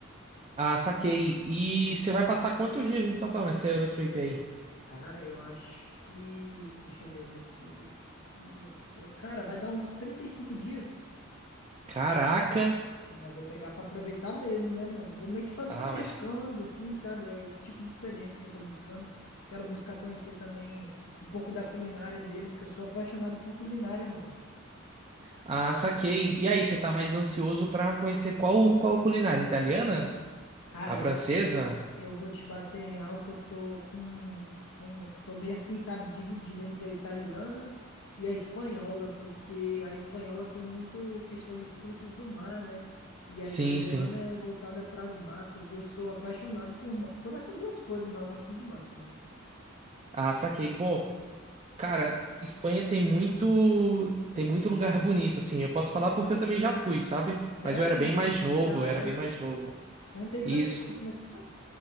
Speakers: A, on the right; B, on the left.
A: Ah, saquei. E você vai passar quantos dias no total nessa Eurotrip aí?
B: Cara, eu acho que. Deixa eu ver, vai ser desse dia até. Cara, vai dar uns 35 dias.
A: Caraca!
B: É, vou pegar pra aproveitar mesmo, né, mano? Vou meio que fazer
A: Ah,
B: um intercâmbio,
A: mas.
B: assim, sabe? É esse tipo de experiência que eu tô buscando. Quero buscar conhecer também um pouco da culinária deles, que eu sou apaixonado por culinária, mano.
A: Ah, saquei. E aí, você tá mais ansioso pra conhecer qual, qual culinária italiana?
B: Cara,
A: A
B: eu,
A: francesa?
B: eu vou te bater real que eu tô com, com. Tô meio assim, sabe? Dividido entre a italiana e a espanhola, porque a espanhola tem muito questão de frutos do mar, né? E
A: Sim,
B: a italiana
A: sim.
B: é voltada pras massas. E eu sou apaixonado por, ma- por essas duas coisas, mas eu gosto muito de massa também.
A: Ah, saquei. Pô, cara, Espanha tem muito, tem muito lugar bonito, assim. Eu posso falar porque eu também já fui, sabe?
B: Sério,
A: Mas eu era
B: mano?
A: bem mais novo,
B: Que da
A: eu
B: hora.
A: era bem mais novo.
B: Conta aí pra
A: Isso.
B: mim, mano, como é que foi?